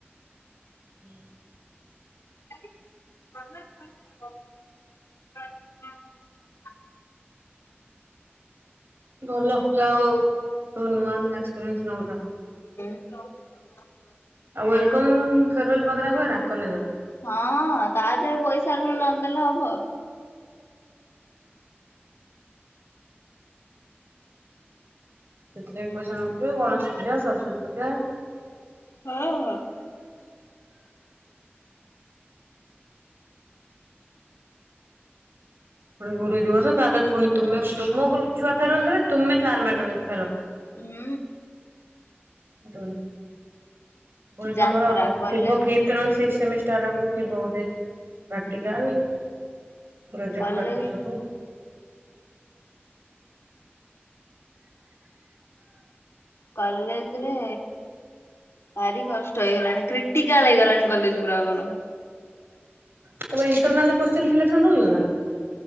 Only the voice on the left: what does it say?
<unintelligible>
<unintelligible>
ହଁ ତା ଦେହରେ ପଇସା ନଦେଲେ ହବ।
ହଁ ହଁ।
ହୁଁ।
ଯାତ୍ରା
କଲେଜ
କଲେଜ
କଲେଜରେ ଭାରି କଷ୍ଟ ହେଇଗଲାଣି କ୍ରିଟିକାଲ ହେଇଗଲାଣି କଲେଜ ପୁରା ଆମର